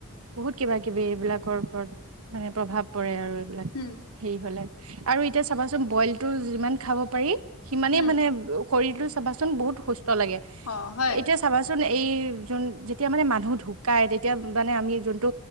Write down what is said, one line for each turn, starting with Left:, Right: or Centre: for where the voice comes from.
Right: বহুত কিবা কিবি এইবিলাকৰ ওপৰত মানে প্ৰভাৱ পৰে আৰু এইবিলাক
Left: উম,
Right: হেৰি হলে আৰু এতিয়া চাবাচোন বইলতটো যিমান খাব পাৰি সিমানেই
Left: উম,
Right: মানে শৰীৰতটো চাবাচোন বহুত সুস্থ লাগে
Left: অ' হয়,
Right: এতিয়া চাবাচোন এই যোন যেতিয়া মানে মানুহ ঢুকাই তেতিয়া মানে আমি যোনটো